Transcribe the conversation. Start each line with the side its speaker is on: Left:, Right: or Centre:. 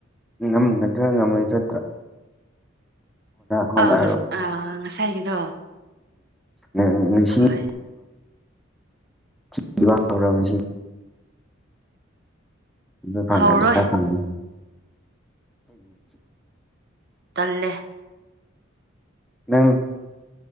Centre: ꯉꯝꯒꯗ꯭ꯔꯥ ꯉꯝꯃꯣꯏꯗ꯭ꯔꯠꯇ꯭ꯔꯥ ꯍꯣꯠꯅꯔꯣ
Right: ꯑ ꯉꯁ ꯑꯥ ꯉꯁꯥꯏꯒꯤꯗꯣ
Centre: ꯎꯝ
Right: ꯍꯣꯏ
Centre: <unintelligible> ꯋꯥꯕꯔꯣ ꯉꯁꯤ꯫ ꯑꯗꯨ ꯐꯪꯒꯅꯤ
Right: ꯍꯧꯔꯣꯏ
Centre: ꯈ ꯐꯪꯒꯅꯤ꯫
Right: ꯇꯜꯂꯦ꯫
Centre: ꯅꯪ꯫